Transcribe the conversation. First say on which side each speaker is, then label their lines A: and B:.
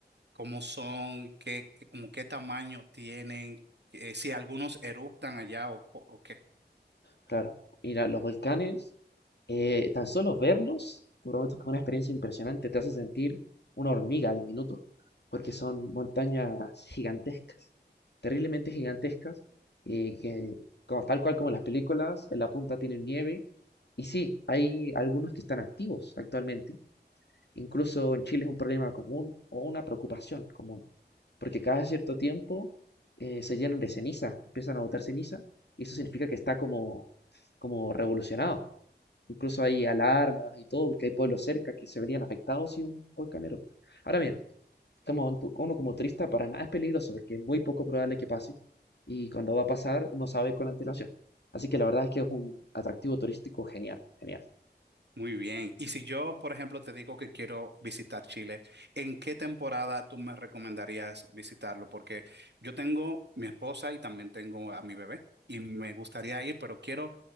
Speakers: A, on the right; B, on the left.
A: cómo son, qué, qué- como qué tamaño tienen, eh, si algunos eruptan allá o, co- o qué?
B: Claro, mira, los volcanes, eh, tan solo verlos, te prometo que es una experiencia impresionante, te hace sentir una hormiga de minuto, porque son montañas gigantescas, terriblemente gigantescas, y que como, tal cual como en las películas, en la punta tienen nieve, y sí, hay algunos que están activos actualmente, incluso en Chile es un problema común o una preocupación común porque cada cierto tiempo eh, se llenan de ceniza, empiezan a botar ceniza, y eso significa que está como, como revolucionado. Incluso hay alarmas y todo, porque hay pueblos cerca que se verían afectados si un volcán erupta. Ahora bien, como tu- uno como turista para nada es peligroso, porque es muy poco probable que pase, y cuando va a pasar uno sabe con antelación. Así que la verdad es que es un atractivo turístico genial, genial.
A: Muy bien. Y si yo, por ejemplo, te digo que quiero visitar Chile, ¿en qué temporada tú me recomendarías visitarlo? Porque yo tengo mi esposa y también tengo a mi bebé y me gustaría ir, pero quiero